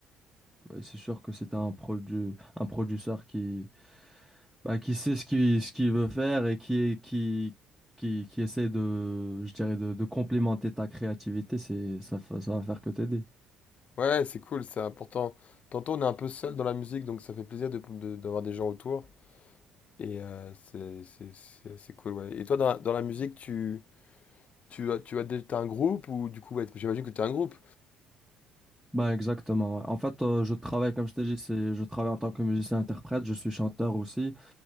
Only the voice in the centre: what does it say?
et c'est sûr que c'est un produ un producteur qui bah, qui sait ce qu'il ce qu'il veut faire et qui est qui qui qui essaie de je dirais de, de complémenter ta créativité, c'est ça fa- ça va faire que t'aider.
Bah exactement. ouais. En fait, euh, je travaille comme je t'ai dit, c'est je travaille en tant que musicien interprète, je suis chanteur aussi.